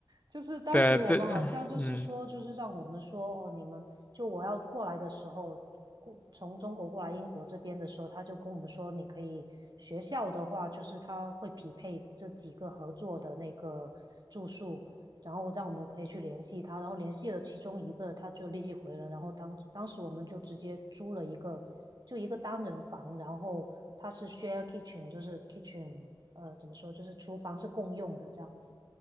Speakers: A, on the right; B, on the left.
A: 就是当时我们好像就是说，
B: 对，这嗯
A: 就是让我们说哦，你们就我要过来的时候，过从中国过来英国这边的时候，他就跟我们说，你可以学校的话，就是他会匹配这几个合作的那个住宿，然后让我们可以去联系他，然后联系了其中一个，他就立即回了，然后当当时我们就直接租了一个就一个单人房，然后它是 share kitchen，就是 kitchen，呃，怎么说，就是厨房是共用的这样子，